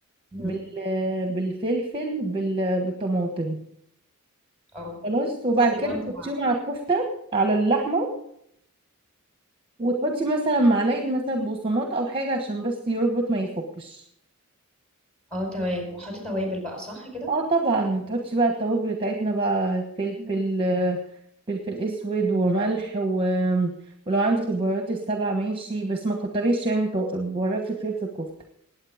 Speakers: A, in the centre; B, on the right (about 25°).
A: امم
B: بال بالفلفل بال... بالطماطم
A: اه
B: خلاص وبعد
A: كلهم
B: كده بتحطيهم
A: في بعض
B: على الكفته على اللحمه وتحطي مثلا معلقة مثلا بقسماط أو حاجة عشان بس يربط ما يفكش
A: اه تمام وأحط توابل بقى صح كده؟
B: اه طبعا تحطي بقى التوابل بتاعتنا بقى فلفل آه، فلفل اسود وملح و... ولو عندك البهارات السبعة ماشي بس ما كتريش يعني تو- بهارات الفلفل الكفتة